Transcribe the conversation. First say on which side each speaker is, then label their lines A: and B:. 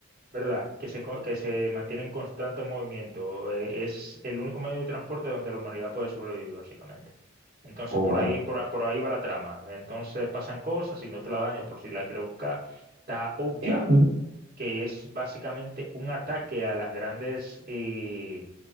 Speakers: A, on the right; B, on the right.
A: ¿verdad? Que se, co- que se mantiene en constante movimiento. eh, es el único medio de transporte donde la humanidad puede sobrevivir, básicamente. Entonces,
B: Oh,
A: por
B: wow.
A: ahí, por, a- por ahí va la trama. Entonces, pasan cosas y no te la daño por si la quieres buscar. Está Ouya,
B: ¿Eh?
A: que es básicamente un ataque a las grandes, eh,